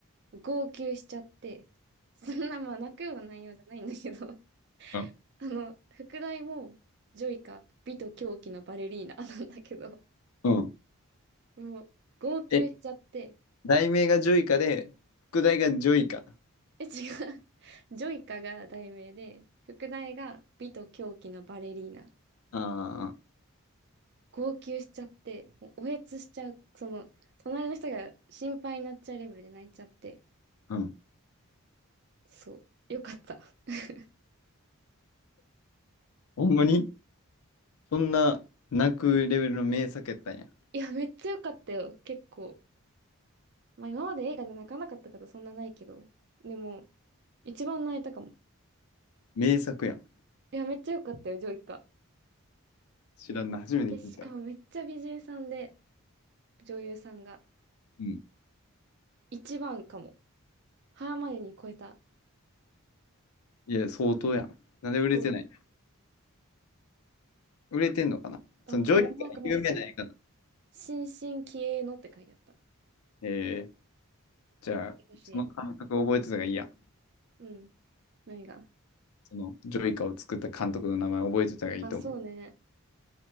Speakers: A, on the right (about 50°); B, on the left (about 80°).
A: 号泣しちゃって、そんなまあ泣くような内容じゃないんだけど、<laughs>
B: うん。
A: あの、副題も、ジョイカ、美と狂気のバレリーナなんだけど、
B: うん
A: もう、号泣しちゃって、
B: え、題名がジョイカで、副題がジョイカ。
A: え、違う。<laughs> ジョイカが題名で、副題が美と狂気のバレリーナ。
B: あ
A: 号泣しちゃって、もうおえつしちゃう、その、隣の人が心配になっちゃうレベルで泣いちゃって、
B: あ、うん。
A: そう、よかった。<laughs>
B: ほんまにそんな泣くレベルの名作やったんや。
A: いや、めっちゃよかったよ、結構。まあ、今まで映画で泣かなかったことそんなないけど、でも、一番泣いたかも。
B: 名作やん。
A: いや、めっちゃよかったよ、ジョイカ。
B: 知らんな、初めて聞いた。
A: え、しかもめっちゃ美人さんで、女優さんが。
B: うん。
A: 一番かも。ハーマイオニー超えた。
B: いや、相当やん。なんで売れてない
A: そ
B: 売れてんのかなそのジョイカは有名な映画なの。
A: う。わかんない。なんかもう、新進気鋭のって書いてあった。
B: えー、じゃあ、
A: 少し。
B: その監督覚えてたがいいや。
A: うん。何が
B: そのジョイカを作った監督の名前覚えてたがいいと思う。
A: あ、そうね。